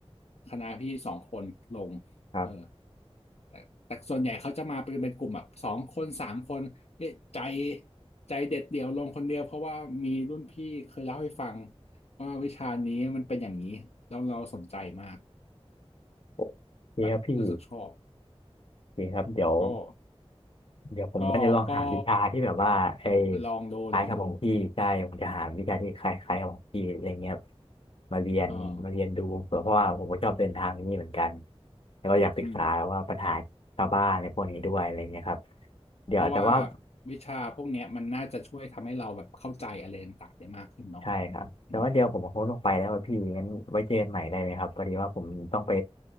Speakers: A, on the left; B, on the left.
A: คณะพี่สองคนลงเออ
B: ครับ
A: แต่แต่ส่วนใหญ่เขาจะมาเป็นเป็นกลุ่มแบบสองคนสามคนเอ๊ะใจใจเด็ดเดี่ยวลงคนเดียวเพราะว่ามีรุ่นพี่เคยเล่าให้ฟังว่าวิชานี้มันเป็นอย่างนี้แล้วเราสนใจมาก
B: โอเคครับพี่
A: แบบรู้สึกชอบ
B: โอเคครับเดี๋ยว
A: ก็
B: เดี๋ยวผมว่าจะลองหาวิชาที่แบบว่าไอ้
A: ก็ก็ลองดูลองดู
B: คล้ายกับของพี่ใช่ผมจะหาวิชาที่คล้ายๆกับของพี่อะไรเงี้ยมาเรียนมาเรียนดูเผื่อเพราะว่าผมก็ชอบเดินทางนี้เหมือนกัน
A: เออ
B: แล้วก็อยากศึกษาว่าปัญหาชาวบ้านในพวกนี้ด้วยอะไรเงี้ยครับ
A: อืม
B: เดี๋ยวแต่ว่า
A: เพราะว่าวิชาพวกเนี้ยมันน่าจะช่วยทำให้เราแบบเข้าใจอะไรต่างๆได้มากขึ้นเนาะ
B: ใช่ครับแต่ว่าเดี๋ยวผมคงต้องไปแล้วอะพี่งั้นไว้เจอกันใหม่ได้ไหมครับพอดีว่าผมต้องไป
A: อืม